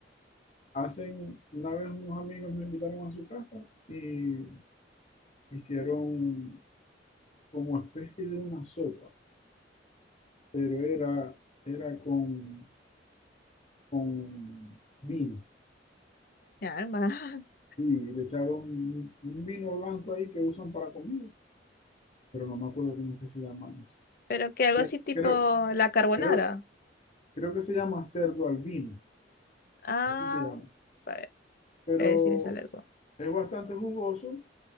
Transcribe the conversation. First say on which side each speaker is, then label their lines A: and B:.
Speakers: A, on the left; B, on the left.
A: Hacen, una vez unos amigos me invitaron a su casa y hicieron como especie de una sopa, pero era, era con con vino.
B: mi alma. <laughs>
A: Sí, le echaron un un vino blanco ahí que usan para comida, pero no me acuerdo cómo es que se llama eso.
B: Pero que algo
A: Se-
B: así tipo
A: creo,
B: la carbonara.
A: creo, creo que se llama cerdo al vino,
B: Ah,
A: así se llama.
B: a ver,
A: Pero
B: a ver si me sale algo.
A: es bastante jugoso,